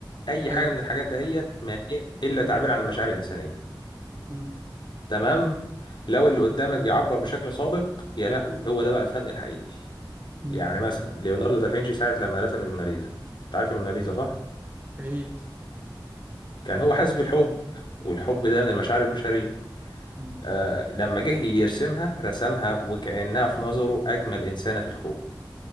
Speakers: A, on the left (about 65°); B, on the right (about 25°).
A: اي
B: ايوه
A: حاجه من الحاجات دهيت ما هي الا تعبير عن المشاعر الانسانيه
B: مم.
A: تمام لو اللي قدامك بيعبر بشكل صادق يا لهوي هو ده بقى الفن الحقيقي
B: مم.
A: يعني مثلا ليوناردو دافنشي ساعة لما رسم الموناليزا انت عارف الموناليزا صح؟
B: اكيد
A: كان هو حاسس بالحب والحب ده من المشاعر البشرية
B: مم.
A: آه لما جه يرسمها رسمها وكأنها في نظره أجمل إنسانة في الكون